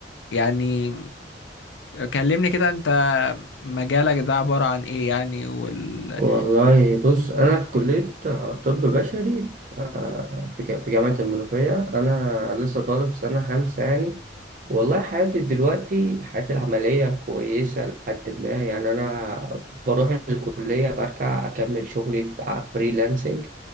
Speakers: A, on the left (about 75°); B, on the right (about 45°).
A: يعني كلمني كده انت مجالك ده عبارة عن ايه يعني وال
B: والله بص أنا في كلية طب بشري في آه، في ج- في جامعة المنوفية أنا لسه طالب في سنة خمسة يعني والله حياتي دلوقتي حياتي العملية كويسة لحد ما يعني أنا بروح الكلية برجع أكمل شغلي فريلانسنج